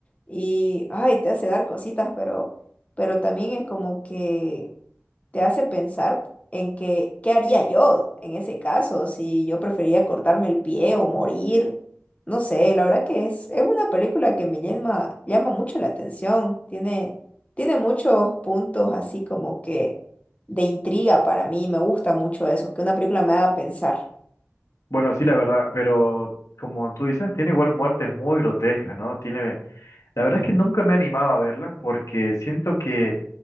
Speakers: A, on the left; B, on the left.
A: y, ay, te hace dar cositas, pero, pero también es como que te hace pensar en que, ¿qué haría yo en ese caso? Si yo preferiría cortarme el pie o morir. No sé, la verdad que es, es una película que me llama, llama mucho la atención. Tiene, tiene muchos puntos así como que de intriga para mí. Me gusta mucho eso, que una película me haga pensar.
B: Bueno, sí, la verdad, pero como tú dices, tiene igual muertes muy grotescas, ¿no? Tiene, la verdad es que nunca me he animado a verla porque siento que,